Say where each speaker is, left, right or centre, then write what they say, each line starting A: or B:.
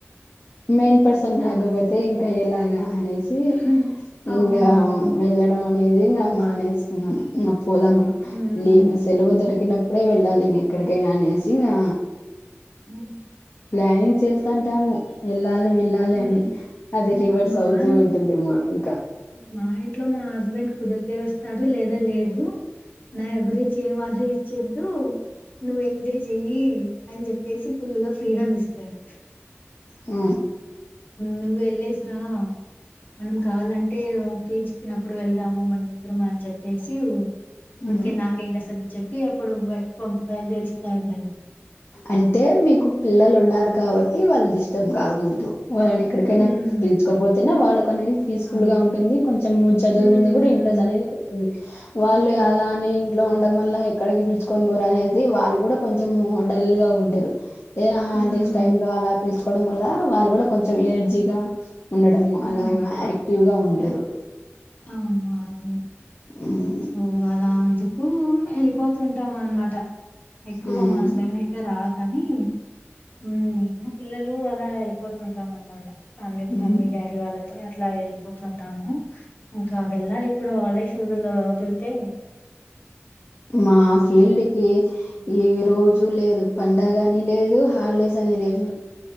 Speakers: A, on the left; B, on the left.
A: మెయిన్ పర్సన్ రాకపోతే
B: ఉమ్ ఉమ్ అవును
A: ఇంక యలాగ అనేసి
B: హ్మ్. అవును
A: ఇంకా
B: అవును
A: వెళ్ళడం అనేది ఇంకా మానేసుకున్నాను. పోదామని
B: ఉమ్
A: సెలవు దొరకి. అప్పుడే వెళ్ళాలి ఇంకా ఎక్కడికైనా అనేసి ఇంకా
B: ఉమ్
A: ప్లానింగ్ చేస్త కంటాము. ఎల్ వెళ్ళాలి
B: ఉమ్
A: అని అది రివర్స్
B: మా
A: అవుతూ
B: ఇం
A: ఉంటుంది. ఇంకా
B: మా ఇంట్లో మా హస్బెండ్ కుదిరు తే వస్తాడు. లేదా లేదు నా గురించి ఏం ఆలోచ్చేద్దు నువ్వు ఎంజాయ్ చెయ్యి అని చెప్పేసి ఫుల్గా ఫ్రీడమ్ ఇస్తాడు.
A: ఆ
B: నువ్వు వెళ్ళసిరా మనం కావాలంటే ఫ్రీ చిక్కినప్పుడు వెళదాము. మన ఇద్దరమా అని చెప్పేసి
A: హ్మ్.
B: ఉరికే నాకే ఇంకా అసలు. అప్పుడు బయలుదేరిస్తాడు.
A: అంటే మీకు పిల్లలు ఉన్నారు కాబట్టి వాళ్ళు డిస్టర్బ్ కాకూడదు. వాళ్ళని ఎక్కడికైనా
B: హ్మ్
A: పిలుచుకోపోతేనే వాళ్ళకు అనేది పీస్ఫుల్
B: అవును
A: గా ఉంటుంది. కొంచెం చదువు
B: హ్మ్
A: మీద కూడా ఇంట్రెస్ట్
B: హ్మ్.
A: అనేది పుడుతుంది. వాళ్ళు
B: అవును
A: అలా అనే ఇంట్లో ఉండడం వల్ల ఎక్కడికి పిలుచుకొని పోరు అనేది వాళ్ళు కూడా కొంచెం. డల్ గా ఉంటరు. ఏదైనా హాలిడేస్
B: హ్మ్
A: టైమ్ లో అలా పిలుచుకోవడం వల్ల వాళ్ళు కూడా కొంచెం ఎనర్జీగా ఉండటము
B: హ్మ్
A: అలాగా యాక్టివ్గా ఉంటారు.
B: అవును అవును
A: ఉమ్
B: సో అలా కు వెళ్ళిపోతుంటాము అనమాట. ఎక్కువ
A: ఉమ్
B: మా మా హస్బెండ్ అయితే రాడు. కానీ ఉమ్ పిలల్లు అలా పోతుంటాం అన్నమాట. ఫ్యామిలీతో
A: ఉమ్
B: మమ్మీ డాడీ వాళ్ళతో అట్లా పోతుంటాము. ఇంకా వెళ్ళాలి ఇప్పుడు వదులుతే
A: మా ఫీల్డ్కి ఏ రోజు లేదు. పండగ అని లేదు హాలిడేస్ అని లేదు.